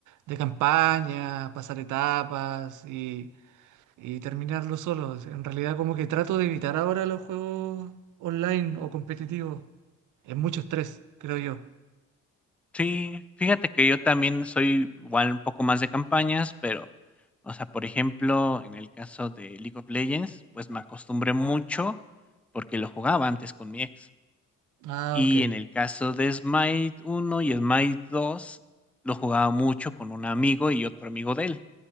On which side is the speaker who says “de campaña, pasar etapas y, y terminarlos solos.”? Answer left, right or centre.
Right